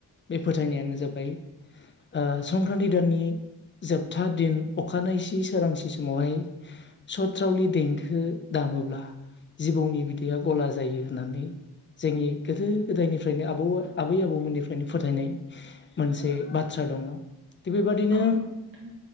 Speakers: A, on the left (about 30°); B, on the right (about 30°).
A: बे फोथायनायानो जाबाय ओ संक्रान्ति दाननि जोबथा दिन अखानायसि सोरांसि समावहाय सथ्रावलि देंखो दाम मोब्ला जिबौनि बिदैया गला जायो होननानै जोंनि गोदो गोदायनिफ्रायनो आबौ आबै आबौमोननिफ्रायनो फोथायनाय मोनसे बाथ्रा दङ बेबादिनो
B: औ नंगौ औ नंगौ नोंथां